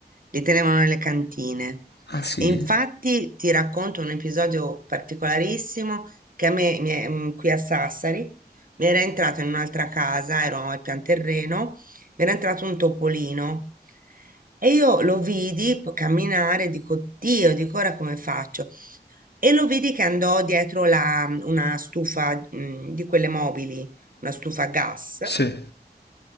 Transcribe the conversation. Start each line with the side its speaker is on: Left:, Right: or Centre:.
Right: Li tenevano nelle cantine.
Left: Ah sì?
Right: E infatti ti racconto un episodio particolarissimo che a me, mi è- mm, qui a Sassari, mi era entrato in un'altra casa, ero al pian terreno, mi era entrato un topolino. E io lo vidi p- camminare, dico, Dio, dico ora come faccio? E lo vidi che andò dietro la- mm, una stufa, mm, di quelle mobili, una stufa a gas.
Left: Sì.